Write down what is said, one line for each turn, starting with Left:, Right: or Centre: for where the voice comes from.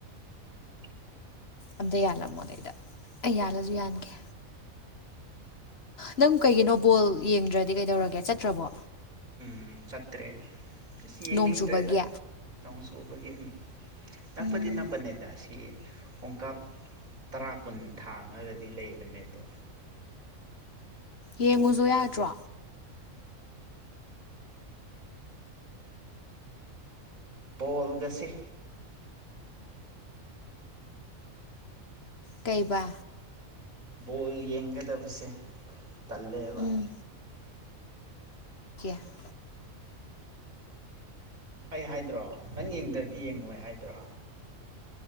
Right: ꯎꯝ
Left: ꯑꯗꯩ ꯌꯥꯜꯂꯝꯃꯣ ꯑꯗꯩꯗ ꯑꯩ ꯌꯥꯜꯂꯁꯨ ꯌꯥꯟꯒꯦ ꯅꯪ ꯀꯩꯒꯤꯅꯣ ꯕꯣꯜ ꯌꯦꯡꯗ꯭ꯔꯗꯤ ꯀꯩꯗꯧꯔꯒꯦ ꯆꯠꯇ꯭ꯔꯕꯣ
Right: ꯎꯝ ꯆꯠꯇ꯭ꯔꯦ ꯑꯁ ꯌꯦꯡꯅꯤꯡꯗ꯭ꯔꯦꯗ
Left: ꯅꯣꯡ ꯆꯨꯕꯒꯤ
Right: ꯅꯣꯡ ꯆꯨꯕꯒꯤ ꯎꯝ ꯅꯛꯄꯗꯤ
Left: ꯎꯝ
Right: ꯅꯛꯄꯅꯦ ꯗꯁꯤ ꯍꯣꯡꯀꯥꯞ ꯇꯔꯥ ꯀꯨꯟ ꯊꯥꯡꯉꯒꯗꯤ ꯂꯩꯕꯅꯦ ꯑꯗꯣ
Left: ꯌꯦꯡꯉꯨꯖꫭ ꯌꯥꯗ꯭ꯔꯣ
Right: ꯕꫭꯜꯗꯁꯤ
Left: ꯀꯩꯕ
Right: ꯕꯣꯜ ꯌꯦꯡꯒꯗꯕꯁꯦ ꯇꯜꯂꯦꯕ
Left: ꯎꯝ <unintelligible>
Right: ꯑꯩ ꯍꯥꯏꯗ꯭ꯔꯣ ꯅꯪ ꯌꯦꯡꯗ꯭ꯔꯗꯤ ꯌꯦꯡꯉꯣꯏ ꯍꯥꯏꯗ꯭ꯔꯣ